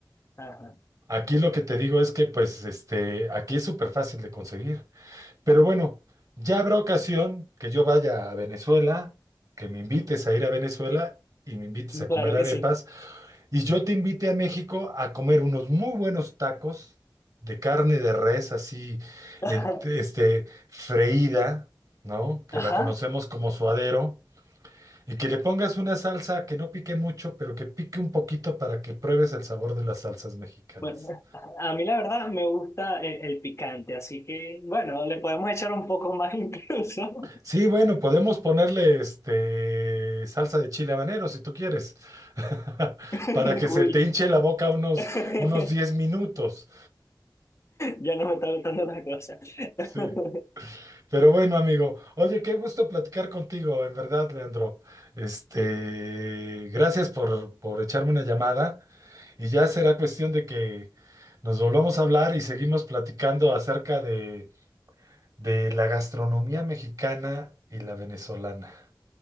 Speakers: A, on the left (about 40°); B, on the right (about 55°).
A: ajá.
B: Aquí lo que te digo es que, pues, este, aquí es súper fácil de conseguir. Pero bueno, ya habrá ocasión que yo vaya a Venezuela, que me invites a ir a Venezuela y me invites a
A: Claro
B: comer arepas,
A: que sí.
B: y yo te invite a México a comer unos muy buenos tacos de carne de res así,
A: <laughs>
B: en- este, freída, ¿no? Que
A: Ajá.
B: la conocemos como suadero, y que le pongas una salsa que no pique mucho, pero que pique un poquito para que pruebes el sabor de las salsas mexicanas.
A: Bueno, a mí la verdad me gusta el, el picante, así que bueno, le podemos echar un poco más <laughs> incluso.
B: Sí, bueno, podemos ponerle este salsa de chile habanero si tú quieres, <laughs>
A: <laughs>
B: para que se
A: Uy,
B: te hinche la boca unos,
A: <laughs>
B: unos 10 minutos.
A: ya no me está gustando la cosa. <laughs>
B: Sí. Pero bueno, amigo, oye, qué gusto platicar contigo, en verdad, Leandro. Este, gracias por, por echarme una llamada y ya será cuestión de que nos volvamos a hablar y seguimos platicando acerca de, de la gastronomía mexicana y la venezolana.